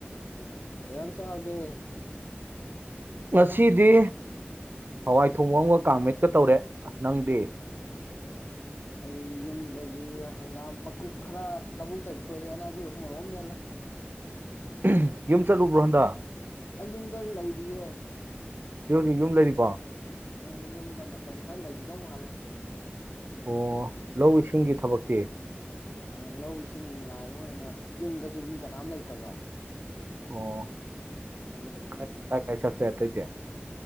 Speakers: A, on the left (about 55°); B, on the right (about 55°).
A: ꯎꯝ ꯀꯌꯥꯝ ꯆꯥꯒꯦ
B: ꯉꯁꯤꯗꯤ ꯍꯋꯥꯏ ꯊꯣꯡ ꯑꯃꯒ ꯀꯥꯡꯃꯦꯠꯀ ꯇꯧꯔꯦ ꯅꯪꯗꯤ?
A: ꯑꯩ ꯌꯨꯝꯗꯒꯤ ꯍꯪꯒꯥꯝ ꯃꯀꯨꯞ ꯈꯔ ꯂꯧꯕꯨꯛꯇ ꯐꯣꯏꯔꯛꯑꯦꯅ ꯑꯗꯨꯗ ꯃꯣꯔꯣꯛ ꯑꯝ ꯃꯦꯠꯂꯦ꯫
B: <inaudible> ꯌꯨꯝ ꯆꯠꯂꯨꯕꯔꯣ ꯍꯟꯗꯥ?
A: ꯑꯩ ꯌꯨꯝꯗ ꯂꯩꯗꯤꯌꯦ꯫
B: <unintelligible> ꯌꯨꯝ ꯂꯩꯔꯤꯕꯣ?
A: ꯎꯝ ꯌꯨꯝꯗ ꯃꯇꯝ ꯈꯔ ꯂꯩꯒꯤꯗꯧ ꯃꯥꯜꯂꯦ꯫
B: ꯑꯣ ꯂꯧ ꯏꯁꯤꯡꯒꯤ ꯊꯕꯛꯇꯤ
A: ꯑ ꯂꯧꯁꯤꯡꯒꯤ ꯉꯥꯏꯕ ꯑꯣꯏꯅ ꯌꯨꯝꯗꯖꯨ ꯃꯤ ꯀꯅꯥꯝ ꯂꯩꯇꯕ
B: ꯑꯣ
A: ꯑꯗꯨꯗꯨꯒꯤ
B: ꯀ ꯀꯥꯏ ꯀꯥꯏ ꯆꯠꯀꯦ ꯑꯇꯩꯗꯤ?